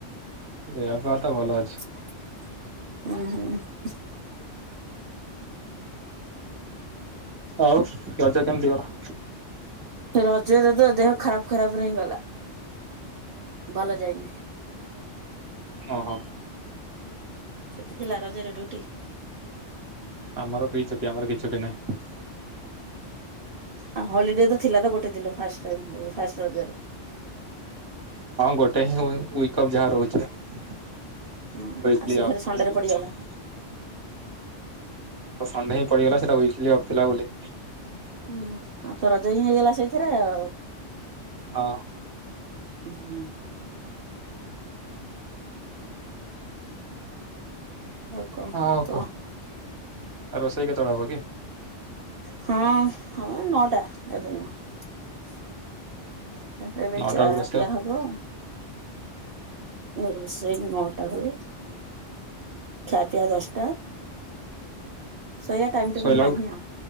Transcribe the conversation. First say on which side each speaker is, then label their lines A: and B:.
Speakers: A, on the right; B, on the right.
A: ଦେହ ପା ତ ଭଲଅଛି।
B: ଉହୁଁ।
A: ଆଉ ରଜ କେମିତି ଗଲା?
B: ରଜରେ ତ ଦେହ ଖରାପ ଖରାପରେ ହିଁ ଗଲା ଭଲ ଯାଇନି।
A: ଓ ହୋ।
B: ଛୁଟି ଥିଲା ରଜରେ ଡ୍ୟୁଟି?
A: ଆମର କି ଛୁଟି ଆମର କି ଛୁଟି ନହିଁ।
B: ଆଉ ହଲିଡେ ତ ଥିଲା ତ ଗୋଟେ ଦିନ ଫାସ ଫାଷ୍ଟ ରଜରେ।
A: ହଁ ଗୋଟେ ହିଁ ୱିକ ଅଫ ଯାହା ରହୁଛି ୱିକ୍ଲି
B: ହଁ ଆଉ ସେ ଫେରେ
A: ଅଫ
B: ସଣ୍ଡେରେ ପଡିଗଲା
A: ଆମ ସଣ୍ଡେହିଁ ପଡିଗଲା ସେଟା ୱିକଲି ଅଫ ଥିଲା ବୋଲି।
B: ହୁଁ ଆଉ ତ ରଜ ହିଁ ହେଇଗଲା ସେଇଥିରେ ଆଉ।
A: ହଁ।
B: ହୁଁ। ଆଉ କଣ
A: ହଁ
B: କହ?
A: କୁହ ଆ ରୋଷେଇ କେତେ ବେଳେ ହବ କି?
B: ହଁ ହୋଊ ନଅଟା ଏବେ ନୁହ। ଏବେ
A: ନଅଟା
B: ଚା
A: ବେଳକୁ ରୋଷେଇ
B: ପିଆ ହବ ରୋଷେଇ ନଟା ବେଳେ ଖ୍ୟାପିଆ ଦଶଟା ସେଇୟା ଟାଇମ ଟେବୁଲ
A: ଶୋଇଲା
B: ନାହିଁ
A: ବେଳକୁ
B: ଆଉ।